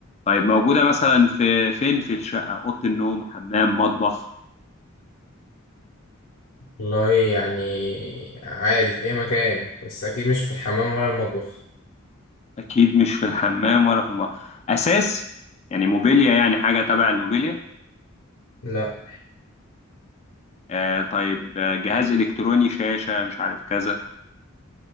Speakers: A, on the left; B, on the left.
A: طيب موجودة مثلا في فين في الشقة أوضة النوم حمام مطبخ
B: والله يعني عادي في أي مكان بس أكيد مش في الحمام ولا المطبخ
A: أكيد مش في الحمام ولا في المطبخ أساس يعني موبيليا يعني حاجة تبع الموبيليا
B: لا
A: آه طيب آه، جهاز إلكتروني شاشة مش عارف كذا